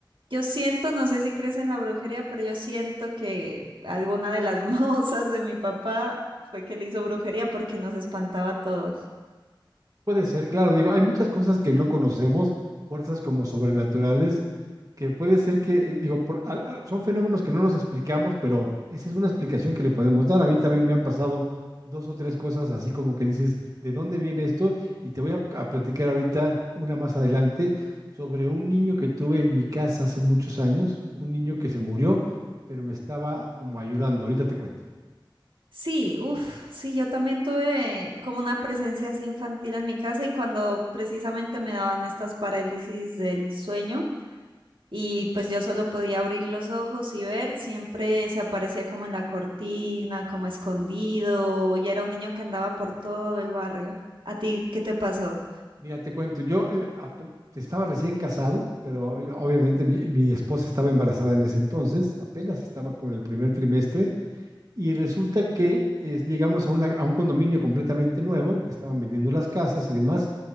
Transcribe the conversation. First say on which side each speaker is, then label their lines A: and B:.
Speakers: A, on the right (about 75°); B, on the right (about 45°).
A: Yo siento, no sé si crees en la brujería, pero yo siento que alguna de las <laughs> mozas de mi papá fue que le hizo brujería porque nos espantaba a todos.
B: puede ser, claro, digo, hay muchas cosas que no conocemos, fuerzas como sobrenaturales que puede ser que, eh, digo, por- a- a- son fenómenos que no nos explicamos, pero esa es una explicación que le podemos dar. A mí también me han pasado dos o tres cosas así como que dices, ¿de dónde viene esto? Y te voy a, a platicar ahorita una más adelante sobre un niño que tuve en mi casa hace muchos años, un niño que se murió, pero me estaba como ayudando. Ahorita te cuento.
A: Sí, uff, sí, yo también tuve como una presencia así infantil en mi casa y cuando precisamente me daban estas parálisis del sueño y pues yo solo podía abrir los ojos y ver, siempre se aparecía como en la cortina, como escondido y era un niño que andaba por todo el barrio. ¿A ti qué te pasó?
B: Mira, te cuento, yo eh, ap- te estaba recién casado, pero eh, obviamente mi, mi esposa estaba embarazada en ese entonces, apenas estaba como en el primer trimestre Y resulta que eh, llegamos a, una- a un condominio completamente nuevo, que estaban vendiendo las casas y demás,